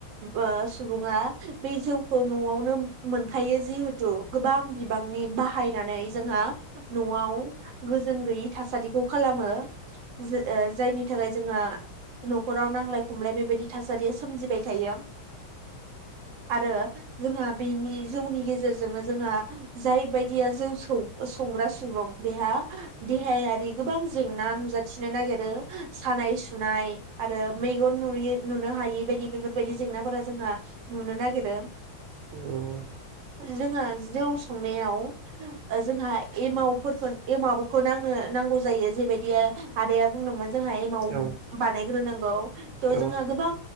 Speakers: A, on the right; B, on the right.
A: ओ सुबुङा बै जौखौ नआवनो मोनखायो जिहेथु गोबां बिबांनि बाहायनानै जोंहा नआव गोजोन गैयै थासारिखौ खालामो। जो-जायनि थाखाय जोंहा नखराव नांलाय खमलाय बेबायदि थासारिया सोमजिबाय थायो। आरो जोंहा बेनि जौनि गेजेरजोंनो जोंहा जाय बायदिया जौ सौ-संग्रा सुबुं बेहा देहायारि गोबां जेंना नुजाथिनो नागिरो सानाय सुनाय आरो मेगन नुयो नुनो हायि बायदि बेफोरबायदि जेंनाफोरा जोंहा नुनो नागिरो।
B: अ
A: जोङो जौ संनायाव जोंहा एमावफोरखौ एमावखौ नांनो नांगौ जायो जेबायदिया आदाया बुंदोंमोन जोंहा एमाव
B: औ
A: बानायग्रोनां गौ थ' जोंहा
B: औ
A: गोबां